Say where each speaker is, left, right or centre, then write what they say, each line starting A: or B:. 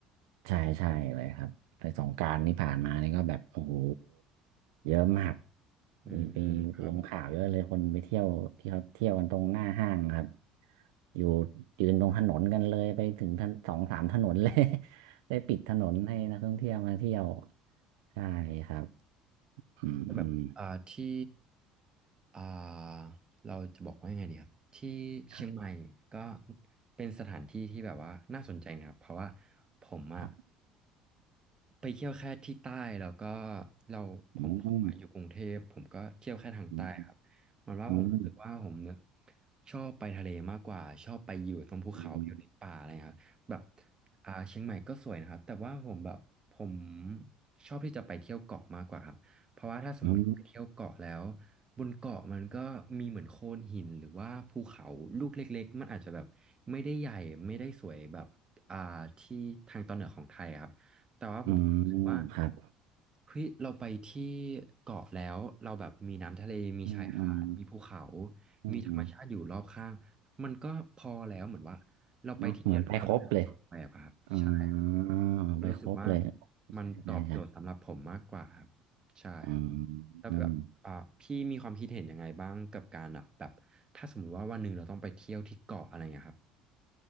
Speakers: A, on the right; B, on the right.
A: ใช่ใช่เลยครับไปสงกรานต์ที่ผ่านมานี่ก็แบบโอ้โหเยอะมาก
B: อืมครับ
A: มีไปลงข่าวเยอะเลยคนไปเที่ยวที่เขาเที่ยวกันตรงหน้าห้างครับอยู่ยืนตรงถนนกันเลยไปถึงถนนสองสามถนนเลย <laughs> ได้ปิดถนนให้นักท่องเที่ยวมาเที่ยวใช่ครับอืมอืม
B: แบบอ่าที่อ่าเราจะบอกว่ายังไงดีครับที่เชียงใหม่ก็
A: ครับ
B: เป็นสถานที่ที่แบบว่าน่าสนใจนะครับเพราะว่าผมอะ
A: ครับ
B: ไปเที่ยวแค่ที่ใต้แล้วก็เราผมผมมาอยู่กรุงเทพผมก็เที่ยวแค่ทางใต้ครับเหมันว่าผมรู้สึกว่าผมเนี่ย
A: อืมอืมอืม
B: ชอบไปทะเลมากกว่าชอบไปอยู่ตรงภูเขาอยู่ในป่าอะไรครับแบบ
A: อืม
B: อ่าเชียงใหม่ก็สวยนะครับแต่ว่าผมแบบผมชอบที่จะไปเที่ยวเกาะมากกว่าครับ เพราะว่าถ้าสมมติไปเที่ยวเกาะแล้ว
A: อืม
B: บนเกาะมันก็มีเหมือนโขดหินหรือว่าภูเขาลูกเล็กๆมันอาจจะแบบไม่ได้ใหญ่ไม่ได้สวยแบบอ่าที่ทางตอนเหนือของไทยอะครับแต่ว่าผมรู้สึกว่า
A: อืมครับ
B: เฮ้ยเราไปที่เกาะแล้วเราแบบมีน้ำทะเลมีชายหาดมีภูเขา
A: อืมอืมอืมอืม
B: มีธรรมชาติอยู่รอบข้างมันก็พอแล้วเหมือนว่าเราไปทีเดียวเราได้ประสบไปอะครับใช่ครับ
A: เนาะเหมือนไปครบเลย อ่าไปครบเลย
B: รู้สึกว่ามันตอบโจทย์สำหรับผมมากกว่าครับ
A: ใช่ได้ใช่
B: ใช่ครับ
A: อืม
B: แล้วแบบอ่าพี่มีความคิดเห็นยังไงบ้างกับการอ่ะแบบถ้าสมมติว่าวันหนึ่งเราต้องไปเที่ยวที่เกาะอะไรเงี้ยครับ
A: อืม